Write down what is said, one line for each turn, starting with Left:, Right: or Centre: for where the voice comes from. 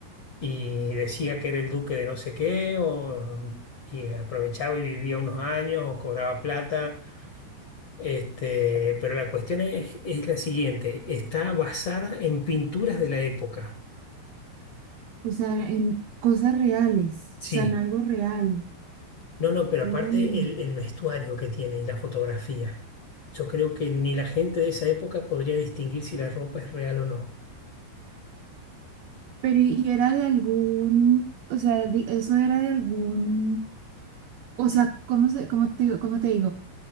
Left: y decía que era el duque de no sé qué, o, y aprovechaba y vivía unos años o cobraba plata. Este, pero la cuestión es, es la siguiente, está basada en pinturas de la época.
Right: O sea, en cosas reales,
Left: Sí,
Right: o sea, en algo real.
Left: no, no, pero
Right: Uy,
Left: aparte el, el vestuario que tiene y la fotografía. Yo creo que ni la gente de esa época podría distinguir si la ropa es real o no.
Right: pero y, y era de algún, o sea, de- eso era de algún, o sea, ¿cómo se, cómo te, digo- cómo te digo?